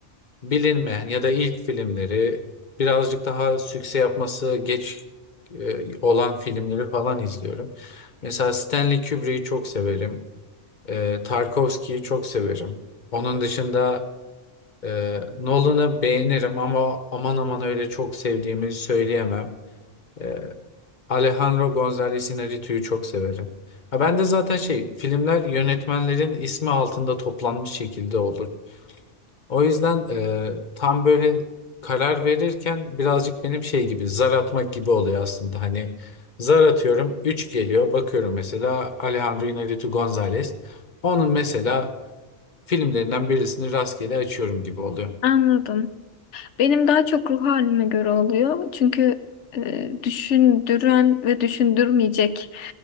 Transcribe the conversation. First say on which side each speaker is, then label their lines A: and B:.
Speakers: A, on the left (about 40°); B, on the left (about 75°).
A: bilinmeyen ya da ilk filmleri birazcık daha sükse yapması geç e, olan filmleri falan izliyorum. Mesela Stanley Kubrick'i çok severim. E, Tarkovski'yi çok severim. Onun dışında e, Nolan'ı beğenirim ama aman aman öyle çok sevdiğimi söyleyemem. E, Alejandro González Iñárritu'yu çok severim. Ha, ben de zaten şey filmler yönetmenlerin ismi altında toplanmış şekilde olur. O yüzden e, tam böyle karar verirken birazcık benim şey gibi zar atmak gibi oluyor aslında. Hani zar atıyorum 3 geliyor bakıyorum mesela Alejandro Iñárritu González. Onun mesela filmlerinden birisini rastgele açıyorum gibi oluyor.
B: Anladım. Benim daha çok ruh halime göre oluyor. Çünkü e, düşündüren ve düşündürmeyecek